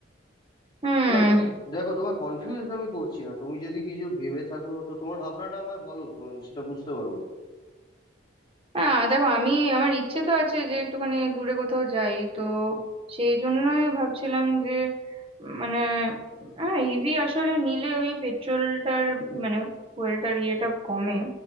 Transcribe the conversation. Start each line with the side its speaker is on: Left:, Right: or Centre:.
Right: হুম
Left: না দেখো তোমার কনফিউজ আমি করছি না তুমি যদি কিছু ভেবে থাকো তো তোমার ভাবনাটা আমায় বলো তো সেটা বুঝতে পারবো
Right: হ্যাঁ দেখো আমি আমার ইচ্ছে তো আছে যে একটুখানি দূরে কোথাও যাই তো সেই জন্যই ভাবছিলাম যে মানে হ্যাঁ ইভি আসলে নিলে ওই পেট্রোলটার মানে ফুয়েলটার ইয়েটা কমে